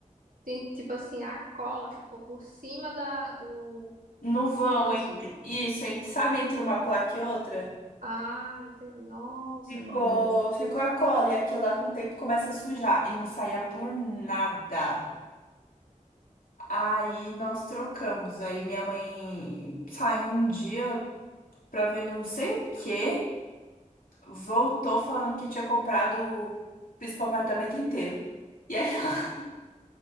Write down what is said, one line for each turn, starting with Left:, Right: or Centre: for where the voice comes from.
Right: tem, tipo assim, a cola ficou por cima da, do,
Left: No vão
Right: do piso.
Left: entre isso, entre, sabe, entre uma placa e outra,
Right: Ah, entendi. Nossa,
Left: ficou
Right: menina.
Left: ficou a cola e aquilo lá com o tempo começa a sujar e não saía por nada. Aí nós trocamos. Aí minha mãe saiu um dia pra ver não sei o quê, voltou falando que tinha comprado piso pro apartamento inteiro. E aí <laughs>